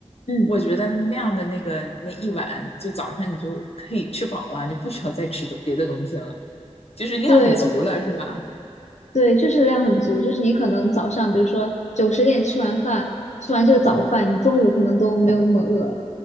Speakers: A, on the left; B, on the left.
A: 嗯，
B: 我觉得那样的那个那一碗，就早上你就可以吃饱了，你不需要再吃别的东西了，就是量很足了，
A: 对
B: 是吧？
A: 对，就是量很足，就是你可能早上比如说九十点吃完饭，吃完这个早饭，你中午可能都没有那么饿。